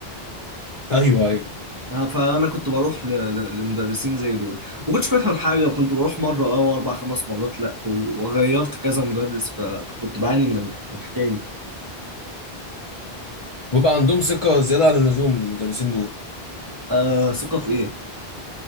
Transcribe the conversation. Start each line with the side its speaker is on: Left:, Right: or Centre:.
Left: ايوه ايوه
Right: آه، فانا كنت بروح ل- ل- لمدرسين زي دول ما كنتش بفهم حاجه وكنت بروح مره اه واربع خمس مرات لا و- وغيرت كذا مدرس ف- فكنت بعاني من ال- من الحكايه دي
Left: ويبقى عندهم ثقة زيادة عن اللزوم المدرسين دول
Right: آه ثقه في ايه